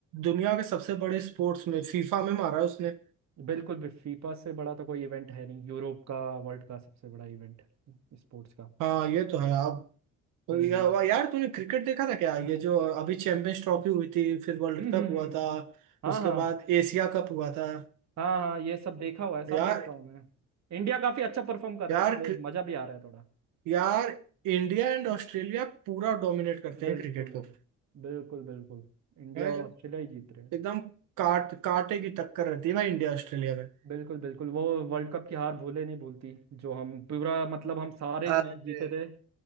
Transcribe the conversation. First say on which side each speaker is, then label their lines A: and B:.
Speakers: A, on the right; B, on the right.
A: दुनिया के सबसे बड़े स्पोर्ट्स में फीफा में मारा है उसने
B: बिल्कुल भी फीफा से बड़ा तो कोई इवेंट है नहीं यूरोप का वर्ल्ड का सबसे बड़ा इवेंट स्पोर्ट्स का
A: हाँ ये तो है आप
B: हम्म
A: या,
B: हम्म।
A: वा- यार तूने क्रिकेट देखा था क्या ये जो अभी चैंपियंस ट्रॉफी हुई थी फिर वर्ल्ड
B: हम्म
A: कप
B: हम्म हम्म,
A: हुआ था
B: हाँ
A: उसके
B: हाँ
A: बाद एशिया कप हुआ था
B: हाँ हाँ ये सब देखा हुआ है सब
A: यार
B: देखता हूँ मैं इंडिया काफी अच्छा परफॉर्म कर रहा
A: यार
B: है इसलिए मजा भी आ रहा है थोड़ा
A: यार इंडिया एंड ऑस्ट्रेलिया पूरा डोमिनेट करते
B: बिल्कुल
A: हैं क्रिकेट को
B: बिल्कुल बिल्कुल इंडिया
A: भाई
B: और ऑस्ट्रेलिया ही जीत रहे हैं
A: एकदम काट कांटे की टक्कर रहती है भाई इंडिया ऑस्ट्रेलिया में
B: बिल्कुल बिल्कुल वो वर्ल्ड कप की हार भूले नहीं भूलती जो हम पूरा मतलब हम सारे
A: अरे
B: मैच जीते थे